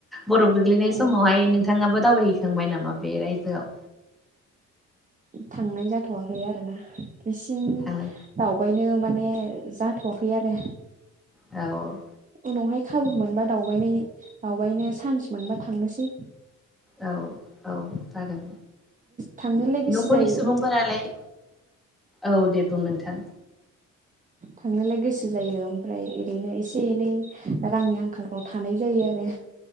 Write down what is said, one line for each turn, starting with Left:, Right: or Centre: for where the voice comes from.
Centre: बरफ गोग्लैनाय
Right: औ
Centre: समावहाय नोंथाङाबो दावबायहैखांबाय नामा बे रायजोआव
Right: थांनाय जाथ'वाखै आरोना बिसिम
Centre: थांनो
Right: दावबायनो माने जाथ'वाखै आरो
Centre: औ
Right: उनावहाय खाबु मोनबा दावबायनाय दावबायनो चान्स मोनबा थांनोसै
Centre: औ औ जागोन
Right: थांनोलाय गोसो
Centre: न'खरनि
Right: जायो
Centre: सुबुंफोरालाय औ दे बुं नोंथां
Right: थांनोलाय गोसो जायो ओमफ्राय ओरैनो एसे एनै रांनि आंखालफ्राव थानाय जायो आरो